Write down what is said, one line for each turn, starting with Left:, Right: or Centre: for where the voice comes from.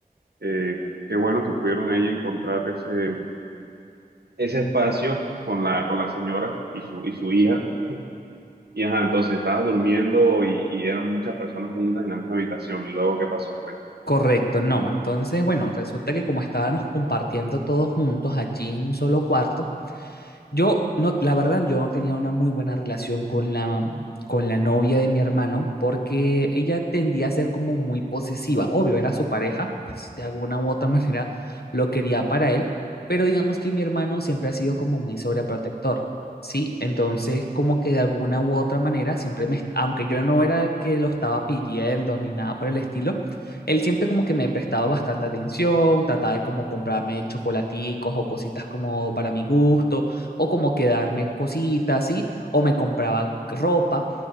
Right: eh, qué bueno que pudieron ahí encontrar ese, ese espacio con la, con la señora y su, y su hija Y ajá, entonces estabas durmiendo y, y eran muchas personas juntas en la misma habitación. ¿Y luego qué pasó? Fue
Left: Correcto, no. Entonces, bueno, resulta que como estábamos compartiendo todos juntos allí en un solo cuarto, Yo, no, la verdad, yo no tenía una muy buena relación con la, con la novia de mi hermano porque ella tendía a ser como muy posesiva. Obvio, era su pareja, pues de alguna u otra <laughs> manera lo quería para él, pero digamos que mi hermano siempre ha sido como muy sobreprotector, ¿sí? Entonces, como que de alguna u otra manera, siempre me, aunque yo no era que lo estaba pidiendo ni nada por el estilo, él siempre como que me prestaba bastante atención, trataba de como comprarme chocolaticos o cositas como para mi gusto o como que darme cositas, ¿sí? O me compraba ropa.